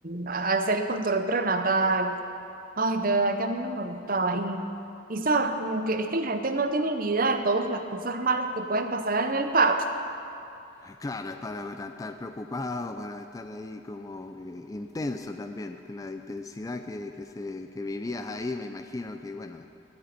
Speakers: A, on the right; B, on the left.
A: al hacer el control prenatal. Ay, de verdad que a mí no me gustaba. Y, y sabes, como que es que la gente no tiene ni idea de todas las cosas malas que pueden pasar en el parto.
B: Claro, es para para estar preocupado, para estar ahí como eh, intenso también, que la intensidad que, que, se, que vivías ahí, me imagino que, bueno,